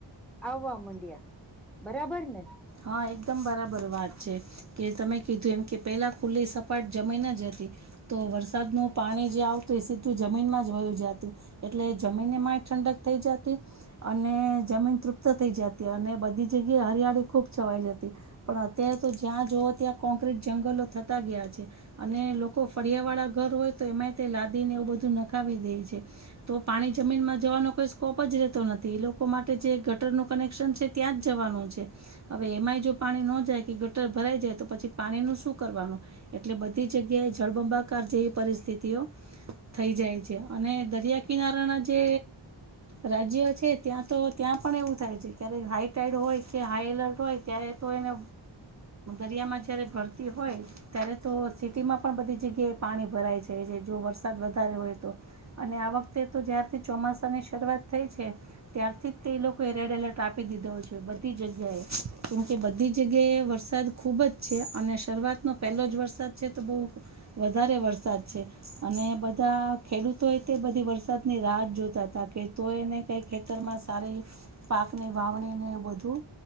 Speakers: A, in the centre; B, on the right (about 40°).
A: આવવા મડિયા બરાબર ને
B: હા એકદમ બરાબર વાત છે. કે તમે કીધું એમ કે પેલા ખુલ્લી સપાટ જમી ન જ હતી. તો વરસાદનું પાણી જે આવતું એ સીધું જમીનમાં જ વયું જાતું. એટલે જમીન મા ઠંડક થઈ જાતી. અને જમીન તૃપ્ત થઇ જતી અને બધી જગ્યાએ હરિયાળી ખૂબ છવાઈ જાતી. પણ અત્યારે તો જ્યાં જવો ત્યાં કોંક્રટ જંગલો થતા ગયા છે. અને લોકો ફળિયા વાળા ઘર હોય તો એમાંય તે લાદીને એવું બધું નખાવી દે છે. તો પાણી જમીનમાં જવાનો કોઈ સ્કોપ જ રહેતો નથી એ લોકો માટે જે ગટરનું કનેક્શન છે. ત્યાં જ જવાનું છે. હવે એમાંય જો પાણી નો જાય કે ગટર ભરાઈ જાય તો પછી પાણી નું શું કરવાનું એટલે બધી જગ્યાએ જળબંબાકાર જેવી પરિસ્થિતિઓ થઈ જાય છે અને દરિયા કિનારાના જે રાજ્ય છે ત્યાં તો ત્યાં પણ એવું થાય છે ક્યારેક હાઈટાઈડ હોય ત્યાં હાઈ એલર્ટ હોય ત્યારે તો એને દરિયામાં જ્યારે ભરતી હોય ત્યારે તો સિટીમાં પણ બધી જગ્યાએ પાણી ભરાય છે જો વરસાદ વધારે હોય તો. અને આ વખતે તો જ્યારથી ચોમાસાની શરૂઆત થઈ છે. ત્યારથી જ તે એ લોકોએ રેડ એલર્ટ આપી દીધો છે બધી જગ્યાએ કેમકે બધી જગ્યાએ વરસાદ ખુબ જ છે અને શરૂઆતનો પહેલો જ વરસાદ છે તો બહુ વધારે વરસાદ છે અને બધા ખેડૂતોએ તે બધી વરસાદની રાહત જોતા હતા કે તો એને કંઈ ખેતરમાં સારી પાકની વાવણીને બધું